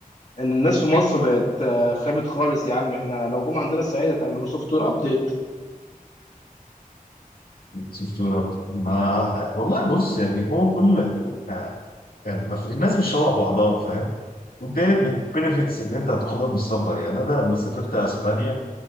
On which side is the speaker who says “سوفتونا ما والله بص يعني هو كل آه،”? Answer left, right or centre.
Left